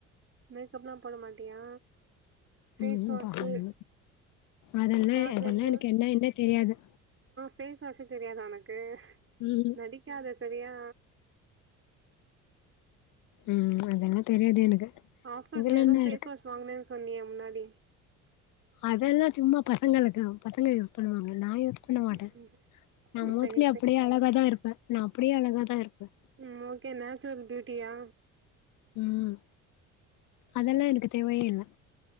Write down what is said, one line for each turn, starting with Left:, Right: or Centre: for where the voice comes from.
Right: மேக்கப்லாம் பண்ண மாட்டியா ஃபேஸ்
Left: உஹம்
Right: வாஷு
Left: அதல
Right: காஜலு
Left: அதெல்லாம் எனக்கு என்ன என்ன தெரியாது
Right: பேச்சுவாஷ் தெரியாத உனக்கு
Left: ம்
Right: நடிக்காத சரியா
Left: உம் அதனர் தெரியாது எனக்கு
Right: ஆஃபர்
Left: இதுல
Right: இல்ல ஏதோஃபேஸ்
Left: என்ன இருக்கு
Right: வாஷ் வாங்கனே சொன்னிய முன்னாடி
Left: அதெல்லாம் சும்மா பசங்களுக்கு பசங்க யூஸ் பண்ணுவாங்க நான் பண்ண மாட்டேன்
Right: ம்
Left: நான் மோஸ்லி
Right: சரி சரி
Left: அப்படியே அழகாதான் இருப்பேன் நான் அப்படியே அழகாதான் இருப்பேன்
Right: ம் ஓகே நேச்சுரல் பியூட்டியா
Left: உம் அதெல்லாம் எனக்கு தேவயே இல்ல